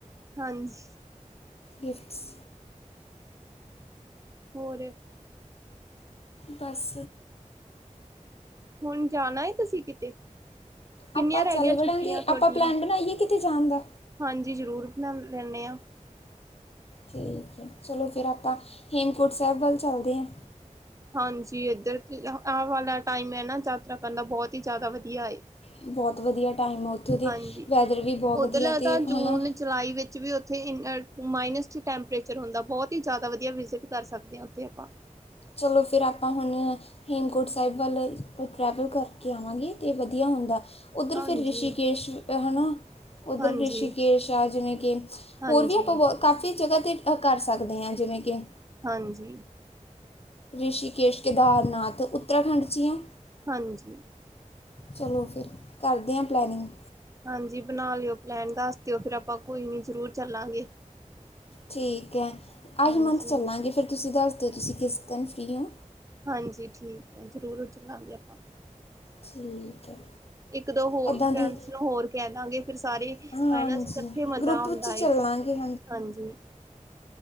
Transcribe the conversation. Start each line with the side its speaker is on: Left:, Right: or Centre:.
Right: ਹਾਂਜੀ।
Left: ਗਿਫਟਸ।
Right: ਹੋਰ
Left: ਬਸ।
Right: ਹੁਣ ਜਾਣਾ ਤੁਸੀਂ ਕਿਤੇ। ਕਿੰਨੀਆਂ
Left: ਆਪਾਂ
Right: ਰਹਿ
Left: ਚੱਲ
Right: ਗਈਆਂ
Left: ਵੜਾਂਗੇ
Right: ਛੁੱਟੀਆਂ ਤੁਹਾਡੀਆਂ।
Left: ਆਪਾਂ ਪਲਾਨ ਬਣਾਈਏ ਕਿਤੇ ਜਾਣਦਾ।
Right: ਹਾਂਜੀ, ਜ਼ਰੂਰ ਬਣਾ ਲੈਂਦੇ ਹਾਂ।
Left: ਠੀਕ ਹੈ। ਚਲੋ ਫਿਰ ਆਪਾਂ, ਹੇਮਕੁੰਟ ਸਾਹਿਬ ਵੱਲ ਚੱਲਦੇ ਹਾਂ।
Right: ਹਾਂਜੀ। ਇੱਧਰ ਆ ਵਾਲਾ ਟਾਈਮ ਹੈ ਨਾ ਯਾਤਰਾ ਕਰਨਾ ਬਹੁਤ ਹੀ ਜ਼ਿਆਦਾ ਵਧੀਆ।
Left: ਬਹੁਤ ਵਧੀਆ ਟਾਈਮ ਆ ਉੱਥੋਂ ਦੀ,
Right: ਹਾਂਜੀ।
Left: ਵੈਦਰ ਵੀ ਬਹੁਤ
Right: ਉੱਧਰਲਾ
Left: ਵਧੀਆ ਅਤੇ
Right: ਤਾਂ ਜੂਨ
Left: ਹੈ ਨਾ।
Right: ਜੁਲਾਈ ਵਿੱਚ ਵੀ ਉੱਥੇ ਇਨ ਮਾਈਨਸ 'ਚ ਟੈਂਪਰੇਚਰ ਹੁੰਦਾ ਬਹੁਤ ਹੀ ਜ਼ਿਆਦਾ ਵਧੀਆ ਵਿਜ਼ਿਟ ਕਰ ਸਕਦੇ ਹਾਂ ਉੱਥੇ ਆਪਾਂ।
Left: ਚਲੋ ਫਿਰ ਆਪਾਂ ਹੁਣ। ਹੇਮਕੋਟ ਸਾਹਿਬ ਵੱਲ, ਟਰੈਵਲ ਕਰਕੇ ਆਵਾਂਗੇ ਅਤੇ ਵਧੀਆ ਹੁੰਦਾ। ਉੱਧਰ
Right: ਹਾਂਜੀ
Left: ਫਿਰ ਰਿਸ਼ੀਕੇਸ਼। ਹੈ ਨਾ। ਉੱਧਰ
Right: ਹਾਂਜੀ
Left: ਰਿਸ਼ੀਕੇਸ਼ ਆ ਜਿਵੇਂ ਕਿ,
Right: ਹਾਂਜੀ
Left: ਹੋਰ ਵੀ ਆਪਾਂ ਬਹੁਤ ਕਾਫੀ ਜਗ੍ਹਾ 'ਤੇ ਕਰ ਸਕਦੇ ਹਾਂ ਜਿਵੇਂ ਕਿ।
Right: ਹਾਂਜੀ।
Left: ਰਿਸ਼ੀਕੇਸ਼, ਕੇਦਾਰਨਾਥ ਉਤਰਾਖੰਡ 'ਚ ਹੀ ਆ।
Right: ਹਾਂਜੀ।
Left: ਚਲੋ ਫਿਰ, ਕਰਦੇ ਹਾਂ ਪਲੈਨਿੰਗ।
Right: ਹਾਂਜੀ ਬਣਾ ਲਿਓ ਪਲੈਨ, ਦੱਸ ਦਿਓ ਫਿਰ, ਆਪਾਂ ਕੋਈ ਨੀ ਜਰੂਰ ਚੱਲਾਂਗੇ।
Left: ਠੀਕ ਹੈ।
Right: ਹਾਂਜੀ
Left: ਏਹੀ ਮੰਥ ਚੱਲਾਂਗੇ ਫਿਰ ਤੁਸੀਂ ਦੱਸ ਦਿਓ ਤੁਸੀਂ ਕਿਸ ਦਿਨ ਫਰੀ ਹੋ।
Right: ਹਾਂਜੀ। ਠੀਕ ਹੈ ਜ਼ਰੂਰ ਚੱਲਾਂਗੇ ਆਪਾਂ।
Left: ਠੀਕ ਹੈ।
Right: ਇੱਕ ਦੋ ਹੋ
Left: ਇੱਦਾਂ
Right: ਫਰੈਂਡਸ
Left: ਦੀ
Right: ਨੂੰ ਹੋਰ ਕਹਿ ਦਾਂਗੇ ਫਿਰ ਸਾਰੇ
Left: ਹਾਂਜੀ
Right: ਹੈ ਨਾ ਇਕੱਠੇ ਮਜ਼ਾ
Left: ਗਰੁੱਪ
Right: ਆਉਂਦਾ।
Left: ਵਿੱਚ ਚੱਲਾਂਗੇ
Right: ਹਾਂਜੀ।